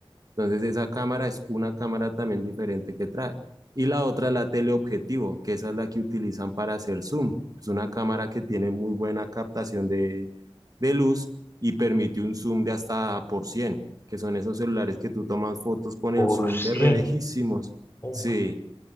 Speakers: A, on the right (about 40°); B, on the left (about 25°).
A: Entonces esa cámara es una cámara también diferente que trae. Y la otra, es la teleobjetivo, que esa es la que utilizan para hacer zoom. Es una cámara que tiene muy buena captación de, de luz y permite un zoom de hasta por cien que son esos celulares que tú tomas fotos con
B: Por
A: el zoom
B: cien
A: de re lejísimos.
B: Oh
A: Sí,
B: my.